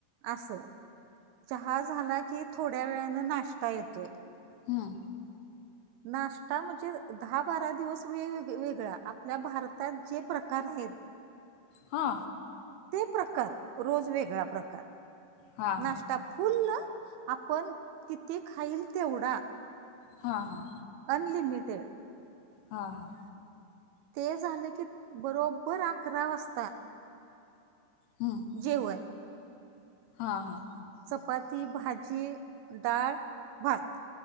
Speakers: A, on the right (about 80°); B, on the left (about 80°).
A: असं चहा झाला की. थोड्या वेळानं नाश्टा येतोय
B: हम
A: नाश्टा म्हजे दहा- बारा दिवस वे वेग् वेगळा आपल्या भारतात जे प्रकार हायत.
B: हा
A: ते प्रकार रोज वेगळा प्रकार
B: हा हा
A: नाश्टा फुल्लं- आपण किती खाईल तेवढा.
B: हां हां
A: अनलिमिटेड
B: हा हा
A: ते झालं की बरोबर अकरा वाजता-
B: हम
A: जेवण
B: हां हां
A: चपाती, भाजी, डाळ, भात.